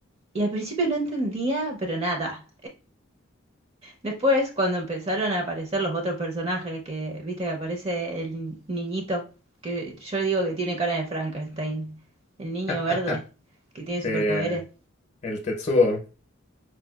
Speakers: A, on the right; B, on the left.
A: y al principio no entendía, pero nada. Después, cuando empezaron a aparecer los otros personajes, que viste que aparece el niñito, que yo digo que tiene cara de Frankenstein, el niño
B: <laughs>
A: verde, que tiene
B: Sí,
A: superpoderes.
B: el Tetsuo.